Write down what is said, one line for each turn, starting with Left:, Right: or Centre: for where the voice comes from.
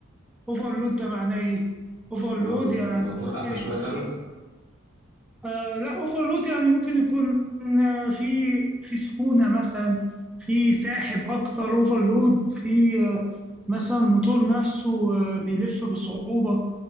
Centre: اوفرلود ده معناه ايه اوفرلود
Left: اه
Centre: يعني
Left: موتور
Centre: ممكن
Left: قفش
Centre: يبقى
Left: مثلا
Centre: فيه آه لا اوفرلود يعني ممكن يكون آه، في في سخونه مثلا في ساحب اكتر اوفرلود في آه، مثلا الموتور نفسه آه، بيلف بصعوبه